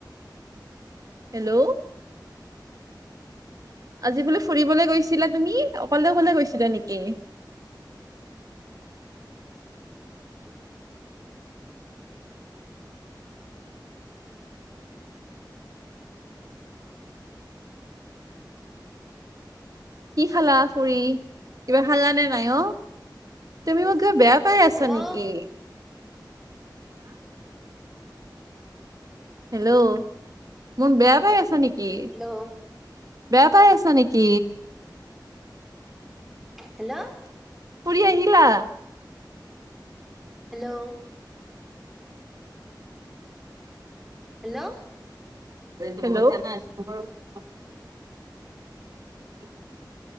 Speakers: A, on the right; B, in the centre.
A: হেল্ল' আজি বোলে ফুৰিবলৈ গৈছিলা তুমি অকলে অকলে গৈছিলা নেকি কি খালা ফুৰি কিবা খালা নে নাই অ', তুমি মোক কিবা বেয়া পাই
B: হেল্ল'
A: আছা নেকি? হেল্ল' মোক বেয়া পাই আছ নেকি?
B: হেল্ল'
A: বেয়া পাই আছা নেকি?
B: হেল্ল'
A: ফুৰি আহিলা?
B: Hello hello
A: hello <inaudible>